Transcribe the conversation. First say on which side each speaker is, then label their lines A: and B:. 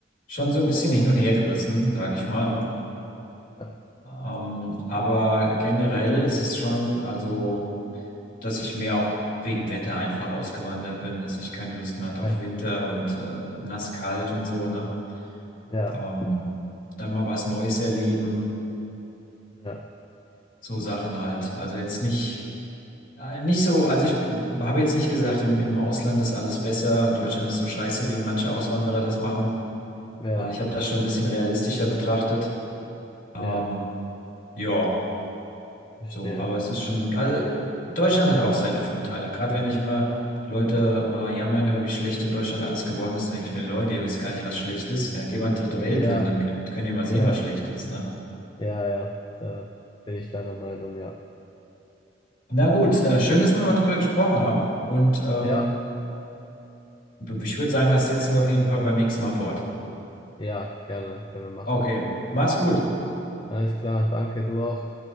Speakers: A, on the left (about 45°); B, on the left (about 25°).
A: schon so ein bisschen
B: Ja,
A: hin und her gerissen, sage ich mal, ne?
B: ja,
A: Ähm, aber generell ist es schon, also. dass ich mehr auch wegen Wetter einfach ausgewandert bin, dass ich keine Lust mehr hatte auf
B: ja,
A: Winter und äh, nass kalt und so, ne?
B: ja,
A: Ähm, dann mal was Neues erleben,
B: ja,
A: so Sachen halt. Also jetzt nicht, äh, nicht so, also ich habe jetzt nicht gesagt, im, im Ausland ist alles besser und Deutschland ist so scheiße, wie manche Auswanderer das machen.
B: ja,
A: Äh, ich habe das schon ein bisschen realistischer betrachtet. Ähm,
B: ja,
A: ja.
B: verstehe.
A: So, aber es ist schon, also Deutschland hat auch seine Vorteile. Gerade wenn ich immer Leute äh, jammern höre, wie schlecht in Deutschland alles geworden ist, denke ich mir, Leute, ihr wisst gar nicht, was schlecht ist. Ja, geht mal in ein dritte Weltland,
B: Ja,
A: dann könnt, könnt ihr mal sehen,
B: ja,
A: was schlecht ist, ne?
B: ja, ja, da bin ich deiner Meinung, ja.
A: Na gut, äh, schön,
B: Ja,
A: dass wir mal drüber gesprochen haben. Und ähm,
B: ja,
A: ich würde sagen, das setzen wir auf jeden Fall beim nächsten Mal fort.
B: ja, gerne, können wir machen.
A: Okay, mach's gut.
B: Alles klar, danke, du auch.